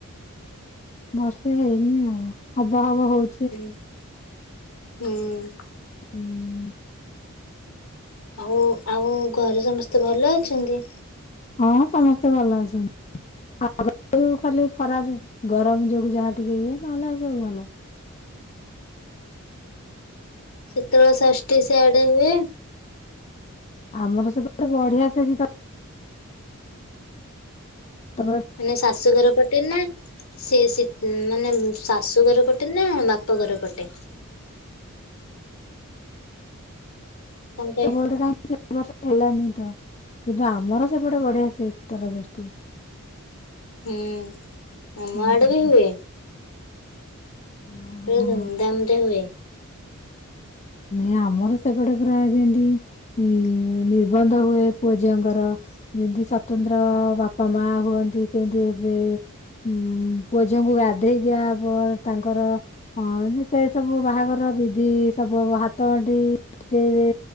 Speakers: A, on the left; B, on the left.
A: ବର୍ଷେ ହେଇନି ଆଉ ହବ ହବ ହଉ
B: ହୁଁ ହୁଁ
A: ଆଉ।
B: ହଉ ଆଉ ଘରେ ସମସ୍ତେ ଭଲ ଅଛନ୍ତି।
A: ହଁ ସମସ୍ତେ ଭଲ ଅଛନ୍ତି। ଆମର ଯଉ ଖାଲି ଖରା ଗରମ ଯୋଗୁ ଯାହା ଟିକେ ଇଏ ନହେଲେ ଆଉ ସବୁ ଭଲ।
B: ଶୀତଳ ଷଷ୍ଠି ସିଆଡ଼େ ହୁଏ।
A: ଆମର ସେପଟେ ବଢିଆ ସେ ଶୀତଳ ତମ
B: ମାନେ ଶାଶୁଘର ପଟେ ନା ସେ ଶି ମାନେ ଶାଶୁ ଘର ପଟେ ନା ବାପ ଘର ପଟେ? କଣ କହେ
A: <inaudible> କାହିଁକି ଏ ବର୍ଷ ହେଲାନି ତ କିନ୍ତୁ ଆମର ସେପଟେ ବଢିଆ ସେ ଶୀତଳ ଷଷ୍ଠି।
B: ହୁଁ ଆମ
A: ହୁଁ।
B: ଆଡ଼େ ବି ହୁଏ।
A: ଓହୋ।
B: ପୁରା ଧୁମ୍-ଧାମ୍ ରେ ହୁଏ।
A: ନାଇଁ ଆମର ସେପଟେ ପୁରା ଯେମିତି ନି ନିର୍ବନ୍ଧ ହୁଏ ପୁଅ ଝିଅଙ୍କର ଯେମତି ସ୍ଵତନ୍ତ୍ର ବାପା ମା ହୁଅନ୍ତି ସେମିତି ଏବେ ଉଁ ପୁଅ ଝିଅ ଙ୍କୁ ଗାଧେଇ ଦିଆହବ। ତାଙ୍କର ହଁ ଯେତେ ସବୁ ବାହାଘର ବିଧି ସବୁ ହାତଗଣ୍ଠି ଫିଟେଇବେ